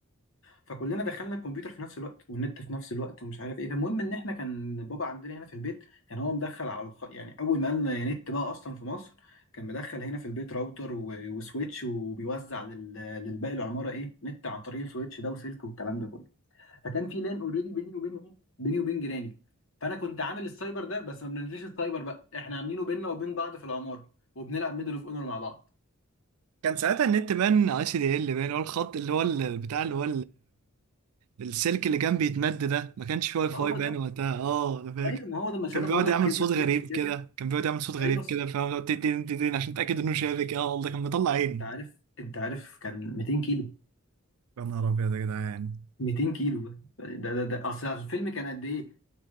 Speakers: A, on the left; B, on the right.
A: فكلنا دخلنا الكمبيوتر في نفس الوقت والنت في نفس الوقت ومش عارف ايه فالمهم ان احنا كان بابا عندنا هنا في البيت كان هو مدخل على الخ... يعني اول ما قالنا نت بقى اصلا في مصر كان مدخل هنا في البيت راوتر و... وسويتش وبيوزع لل... للباقي العماره ايه نت عن طريق السويتش ده وسلك والكلام ده كله فكان في لان اوريدي بيني وبين ايه بيني وبين جيراني فانا كنت عامل السايبر ده بس ما بننزلش السايبر بقى احنا عاملينه بيننا وبين بعض في العماره وبنلعب ميدل اوف اونر مع بعض
B: كان ساعتها النت بان اي سي دي ال بان اللي هو الخط اللي هو ال- بتاع اللي هو السلك اللي كان بيتمد ده ما كانش فيه واي فاي
A: ما هو
B: باين
A: ده
B: وقتها اه انا فاكر
A: ايوه ما هو ده مش
B: كان
A: انا
B: بيقعد
A: بقول لك
B: يعمل
A: جبنا
B: صوت
A: سويتش
B: غريب كده
A: كده
B: كان بيقعد يعمل صوت غريب
A: ايوه
B: كده فاهم تدين تدين عشان تتاكد انه شافك اه والله كان مطلع عيني
A: انت عارف انت عارف كان 200 كيلو
B: يا نهار ابيض يا جدعان
A: 200 كيلو ده ده ده اصل الفيلم كان قد ايه